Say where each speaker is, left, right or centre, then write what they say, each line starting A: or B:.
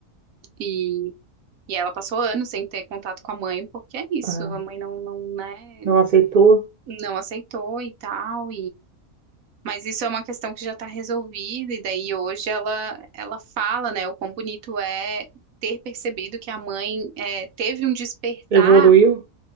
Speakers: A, on the right (about 75°); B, on the right (about 45°).
A: E, e ela passou anos sem ter contato com a mãe, porque é isso,
B: aham.
A: a mãe não, não, né,
B: Não aceitou?
A: não aceitou e tal, Mas isso é uma questão que já está resolvida, e daí hoje ela, ela fala, né, o quão bonito é ter percebido que a mãe é, teve um despertar,
B: Evoluiu?